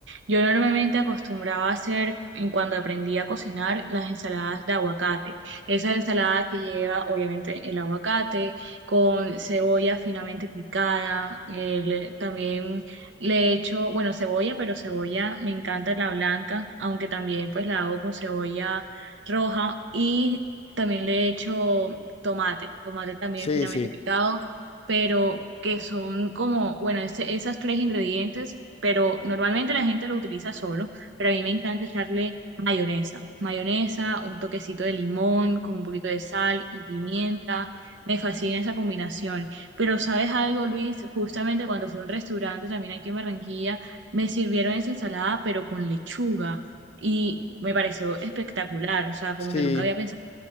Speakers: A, on the right; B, on the left.
A: yo normalmente acostumbraba a hacer, en cuando aprendí a cocinar, las ensaladas de aguacate. Esa ensalada que lleva obviamente el aguacate con cebolla finamente picada, eh, le- también le echo, bueno, cebolla, pero cebolla me encanta la blanca, aunque también pues la hago con cebolla roja y también le echo tomate, tomate también
B: Sí,
A: finamente
B: sí,
A: picado pero que son como, bueno, ese, esas tres ingredientes, pero normalmente la gente lo utiliza solo, pero a mí me encanta echarle mayonesa, mayonesa, un toquecito de limón con un poquito de sal y pimienta. Me fascina esa combinación. Pero ¿sabes algo, Luis? Justamente cuando fui a un restaurante también aquí en Barranquilla, me sirvieron esa ensalada, pero con lechuga. Y me pareció espectacular, o sea, como
B: sí.
A: que nunca había pensado